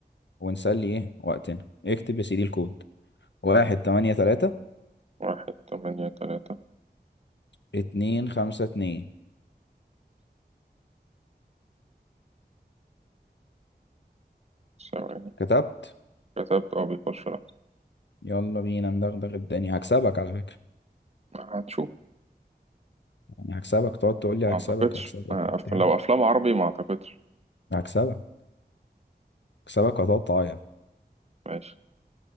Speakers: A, on the left; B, on the right.
A: ونسلي ايه وقتنا اكتب يا سيدي الكود واحد تمانية تلاتة
B: واحد تمانية تلاتة
A: اتنين خمسة اتنين
B: ثواني
A: كتبت
B: كتبت اه بيخش لا
A: يلا بينا ندغدغ الدنيا هكسبك على فكرة
B: هنشوف
A: يعني هكسبك تقعد تقول لي
B: ما
A: هكسبك
B: اعتقدش
A: هكسبك
B: آه،
A: وبتاع
B: أف- لو أفلام عربي ما اعتقدش
A: هكسبك هكسبك وهتقعد تعيط
B: ماشي